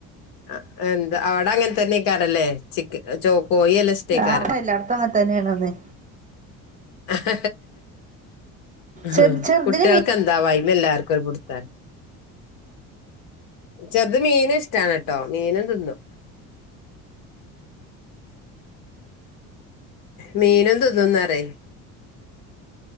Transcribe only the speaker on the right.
ആഹ് എല്ലായിടത്തും അങ്ങനെ തന്നെയാണ്ന്ന്
ചെർ ചെറുതിന്
മീ